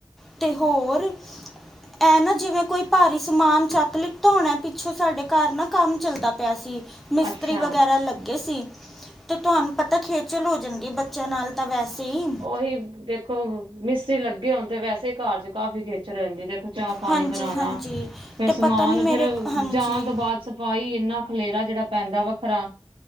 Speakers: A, in the centre; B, on the right.
A: ਅਤੇ ਹੋਰ ਇਹ ਨਾ ਜਿਵੇਂ ਕੋਈ ਭਾਰੀ ਸਮਾਨ ਚਕ ਲੀਤਾ ਹੋਣਾ ਪਿੱਛੋਂ ਸਾਡੇ ਘਰ ਨਾ ਕੰਮ ਚੱਲਦਾ ਪਿਆ ਸੀ ਮਿਸਤਰੀ
B: ਅੱਛਾ
A: ਵਗੈਰਾ ਲੱਗੇ ਸੀ ਤੇ ਤੁਹਾਨੂੰ ਪਤਾ ਖੇਚਲ ਹੋ ਜਾਂਦੀ ਬੱਚਿਆਂ ਨਾਲ ਤਾਂ ਵੈਸੇ ਹੀ
B: ਉਹੀ ਦੇਖੋ ਮਿਸਤਰੀ ਲੱਗੇ ਹੋਣ ਤੇ ਵੈਸੇ ਹੀ ਘਰ ਚ ਕਾਫੀ ਖੇਚਲ ਜਿੱਥੇ ਰਹਿੰਦੀ ਦੇਖੋ ਚਾਹ ਪਾਣੀ
A: ਹਾਂਜੀ
B: ਬਣਾਉਣਾ
A: ਹਾਂਜੀ
B: ਫੇਰ
A: ਤੇ
B: ਸਮਾਨ
A: ਪਤਾ ਨਹੀਂ ਮੇਰੇ
B: ਫੇਰ
A: ਹਾਂਜੀ
B: ਜਾਣ ਤੋਂ ਬਾਅਦ। ਸਫਾਈ ਇੰਨਾ ਖਲੇਰਾ ਜਿਹੜਾ ਪੈਂਦਾ ਵੱਖਰਾ।